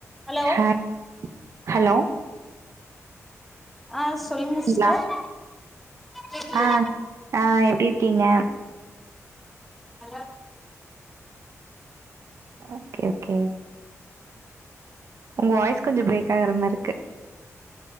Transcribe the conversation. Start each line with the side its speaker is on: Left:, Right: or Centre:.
Centre: Hello
Right: hi hello
Centre: ஆஹ் சொல்லுங்க
Right: கேக்குதுங்களா
Centre: சிஸ்டர் கேக்குது
Right: ஆ ஆ எப்டி இருக்கீங்க
Centre: ஹலோ
Right: ஒகே ஒகே உங்க வாய்ஸ் கொஞ்ச பிரேக் ஆகற மார் இருக்கு